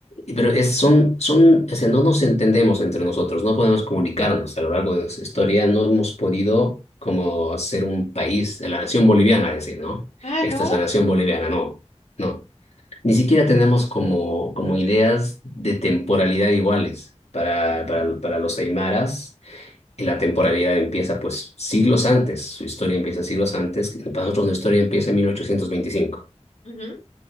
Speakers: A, on the left (about 70°); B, on the left (about 85°).
A: Y- Pero es, son, son, o sea, no nos entendemos entre nosotros, no podemos comunicarnos a lo largo de nuestra historia, no hemos podido como ser un país, la nación boliviana, decir, ¿no?
B: Ah,
A: Esta
B: no.
A: es la nación boliviana, no, no. Ni siquiera tenemos como, como ideas de temporalidad iguales. Para, para, para los aymaras, y la temporalidad empieza pues siglos antes, su historia empieza siglos antes, para nosotros nuestra historia empieza en mil ochocientos veinticinco
B: ujú.